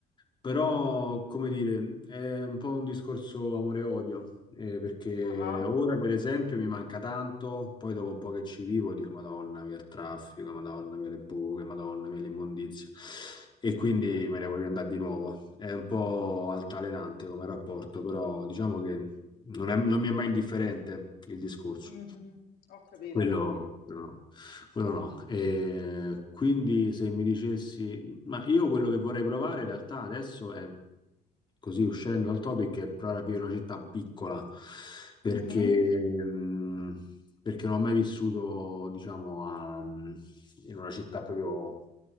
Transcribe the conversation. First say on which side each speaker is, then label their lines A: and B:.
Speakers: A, on the left (about 25°); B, on the left (about 70°).
A: però, come dire, è un po' un discorso amore e odio, eh, perché
B: Ah,
A: ora, per esempio, mi manca tanto, poi dopo un po' che ci vivo dico, Madonna mia il traffico, Madonna mia le buche, Madonna mia l'immondizia, e quindi
B: certo.
A: me ne voglio andare di nuovo. È un po' altalenante come rapporto, però diciamo che non è- non mi è mai indifferente il discorso.
B: Mhm, Ho capito,
A: Quello,
B: ho capito.
A: quello no, quello no. E quindi se mi dicessi, ma io quello che vorrei provare in realtà adesso è, così uscendo dal topic, è provare a vivere in una città piccola, perché,
B: Mh-mh.
A: mh, perché non ho mai vissuto, diciamo, a- mm, in una città proprio,